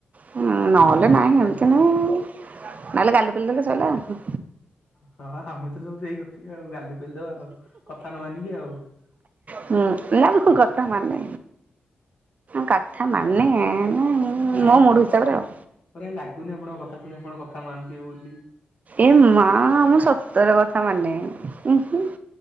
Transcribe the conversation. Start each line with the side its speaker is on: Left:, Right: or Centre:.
Right: ହଁ ନହେଲେ
Left: ଏମିତି
Right: ନାହିଁ
Left: ଖିଆ
Right: ଏମିତି
Left: ପିଆ
Right: ନୁହେଁ। ନହେଲେ ଗାଲୁ କରିଦେଲେ ସଇଲା ଆଉ।
Left: ହଁ ଆମେ ତ ସବୁ ସେଇ ଗୋଟିଏ ଆଉ ଗାଲୁ ପେଲି ଦେବା ଆଉ କଥା ନ ମାନିକି ଆଉ।
Right: ହୁଁ ନା ମୁଁ କଥା ମାନେ। କଥା ମାନେ ନା
Left: ନାଇଁ
Right: ମୋ
Left: ଆପଣଙ୍କ
Right: ମୁଡ ହିସାବରେ
Left: କଥା
Right: ଆଉ।
Left: ମତେ କାଇଁ ଲାଗୁନି ଆପଣଙ୍କ କଥା ଶୁଣି ଆପଣ କଥା ମାନୁଥିବେ ବୋଲି।
Right: ଏ ମା, ମୁଁ ସତରେ କଥା ମାନେ। ଊଁ, ହୁଁ।